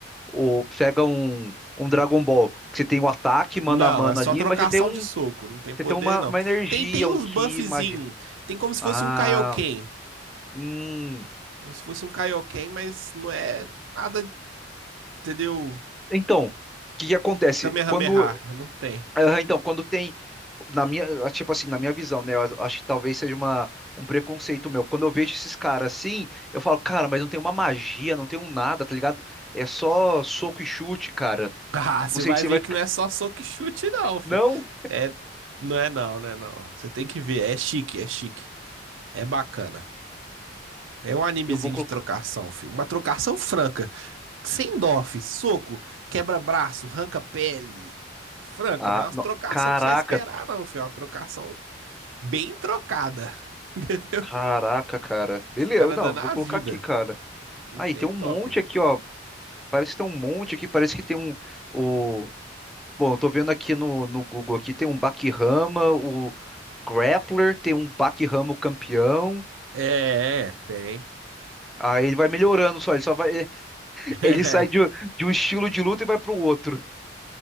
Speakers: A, in the centre; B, on the right.
A: o pega um, um Dragon Ball, que você tem o ataque mano
B: Não,
A: a mano
B: é só
A: ali,
B: trocação
A: mas você tem um,
B: de soco, não tem poder,
A: você tem uma,
B: não.
A: uma energia,
B: Tem, tem uns
A: um ki,
B: buffzinhos,
A: magia.
B: tem como se
A: Ah,
B: fosse um Kaioken.
A: hum.
B: Como se fosse um Kaioken, mas não é nada, entendeu?
A: Então, o que que acontece?
B: Kamehameha,
A: Quando,
B: não tem.
A: ah,
B: <laughs>
A: então, quando tem na minha, ah, tipo assim, na minha visão, né? Eu acho que talvez seja uma, um preconceito meu. Quando eu vejo esses caras assim, eu falo, cara, mas não tem uma magia, não tem um nada, tá ligado? É só soco e chute, cara.
B: Ah, você
A: Não sei
B: vai
A: se
B: ver
A: vai
B: que
A: ficar.
B: não é só soco e chute, não, fi.
A: Não,
B: É, não é não, né? Não. Você tem que ver, é chique, é chique. É bacana. É um animezinho
A: eu vou colocar.
B: de trocação, filho. Uma trocação franca. Sem dó, fi. Soco, quebra-braço, arranca pele. Franca,
A: Ah,
B: né? Umas
A: não.
B: trocação
A: Caraca,
B: que você vai esperar, não, filho. É Uma trocação bem trocada. <laughs> Entendeu?
A: Caraca, cara. Beleza,
B: Os caras
A: não,
B: dando a
A: vou colocar
B: vida.
A: aqui, cara.
B: Esse
A: Aí, tem
B: é top.
A: um monte aqui, ó. Parece que tem um monte aqui, parece que tem um. O... Bom, eu tô vendo aqui no, no Google aqui, tem um Bakihama, o Grappler, tem um Bakihama o campeão.
B: É, é, tem.
A: Aí ele vai melhorando só, ele só vai. <laughs>
B: <laughs>
A: Ele sai de, de um estilo de luta e vai pro outro.